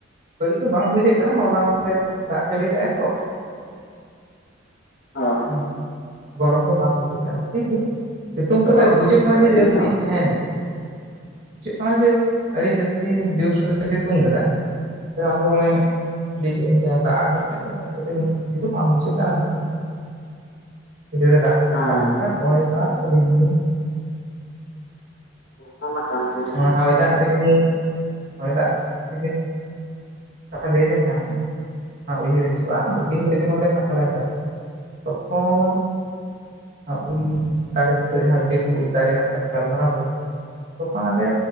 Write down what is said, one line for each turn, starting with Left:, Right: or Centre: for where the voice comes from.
Right: ᱵᱟᱹᱲᱤᱡ ᱫᱚ ᱵᱟᱝ ᱵᱩᱡᱷᱟᱹᱜ ᱠᱟᱱᱟ ᱦᱚᱞᱟ ᱢᱟᱫᱷᱮᱨ ᱫᱟᱜ ᱡᱟᱹᱲᱤ ᱞᱮᱜᱼᱟᱭ᱾
Left: ᱚ
Right: <unintelligible> ᱢᱟᱱᱮ ᱜᱚᱨᱚᱢ ᱫᱚ ᱵᱟᱝ ᱵᱩᱡᱟᱹᱜ ᱠᱟᱱᱟ᱾ ᱴᱷᱤᱠ ᱜᱮᱭᱟ ᱥᱤᱛᱩᱝ ᱠᱟᱫᱟᱭ
Left: ᱜᱚᱨᱚᱢ
Right: ᱵᱩᱡᱷᱟᱹᱜ ᱠᱟᱱᱟ ᱡᱮ ᱡᱟᱹᱥᱛᱤ
Left: ᱫᱚ
Right: ᱦᱮᱸ᱾ ᱵᱩᱡᱟᱹᱜ ᱠᱟᱱᱟ ᱡᱮ ᱟᱹᱰᱤ ᱡᱟᱹᱥᱛᱤ ᱡᱳᱨᱥᱳᱨᱮ ᱥᱤᱛᱩᱝ ᱠᱟᱫᱟ᱾ ᱡᱟᱦᱟᱸ ᱫᱚ ᱚᱱᱮ ᱞᱤᱸᱜᱤ <unintelligible> ᱫᱟᱜ ᱟᱠᱟᱫ ᱟᱭ ᱛᱚ ᱫᱟᱜ ᱠᱟᱛᱮ ᱵᱟᱝ ᱢᱩᱪᱷᱟᱜ ᱠᱟᱱᱟ ᱟᱨᱠᱤ᱾ ᱟᱹᱰᱤ ᱡᱳᱨ ᱮ ᱫᱟᱜ ᱠᱮᱜ-ᱟ
Left: ᱦᱮᱸ
Right: ᱫᱟᱜ ᱠᱮᱫᱟ ᱦᱚᱭ ᱫᱟᱜ ᱨᱤᱢᱤᱞ
Left: ᱚᱱᱟ ᱠᱷᱟᱱᱜᱮ
Right: ᱚᱱᱟ ᱦᱚᱭ ᱫᱟᱜ ᱨᱤᱢᱤᱞ ᱦᱚᱭ ᱫᱟᱜ ᱨᱤᱢᱤᱞ ᱠᱟᱛᱷᱟ ᱞᱟᱹᱭ ᱞᱮᱠᱷᱟᱱ ᱚᱱᱟ ᱩᱭᱦᱟᱹᱨ ᱦᱤᱡᱩᱜᱼᱟ ᱦᱩᱰᱤᱧ ᱨᱮ ᱡᱮᱠᱷᱚᱱ ᱞᱮ ᱛᱟᱦᱮᱸ ᱞᱮᱱ ᱛᱟᱦᱮᱸᱫ᱾ ᱛᱚᱠᱷᱚᱱ ᱦᱚᱸ ᱩᱞ ᱫᱟᱨᱮ ᱵᱩᱴᱟ ᱨᱮ ᱡᱟᱦᱟᱸ ᱡᱮᱦᱮᱛᱩ ᱩᱞ ᱫᱟᱨᱮ ᱨᱮᱱᱟᱜ ᱠᱟᱛᱷᱟ ᱜᱟᱞᱢᱟᱨᱟᱣ ᱦᱩᱭᱩᱜ᱾ ᱚᱱᱟᱛᱮ